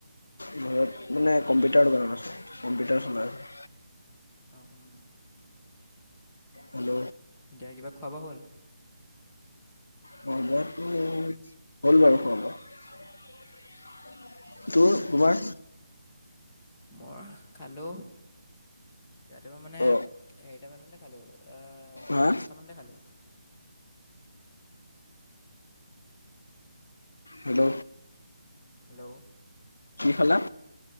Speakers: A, on the left; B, on the left.
A: ঘৰত নাই কম্পিউটাৰ দোকানত আছো কম্পিউটাৰ চলাই আছো।
B: অ অ।
A: হেল্ল।
B: এতিয়া কিবা খোৱা-বোৱা হ'ল?
A: খোৱা-বোৱাটো হ'ল বাৰু খোৱা-বোৱা। তোৰ তোমাৰ?
B: মই খালো। ৰাতিপুৱা মানে
A: অ
B: হেৰিটা মানতে খালোঁ
A: হা
B: দহটামানতে খালোঁ।
A: হেল্ল'।
B: হেল্ল'।
A: কি খালা?